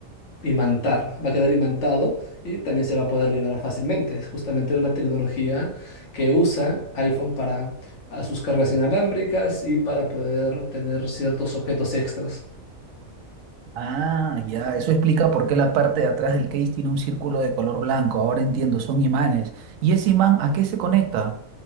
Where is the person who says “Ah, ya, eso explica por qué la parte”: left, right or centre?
Right